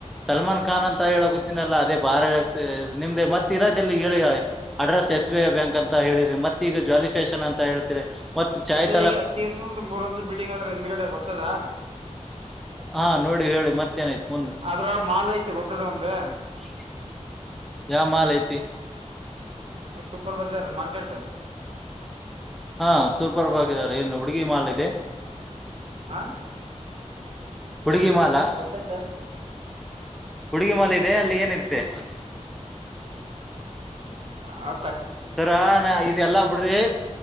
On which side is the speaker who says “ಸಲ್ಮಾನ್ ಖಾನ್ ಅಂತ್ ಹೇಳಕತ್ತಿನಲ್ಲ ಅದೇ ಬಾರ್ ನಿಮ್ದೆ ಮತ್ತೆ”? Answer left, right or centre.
Centre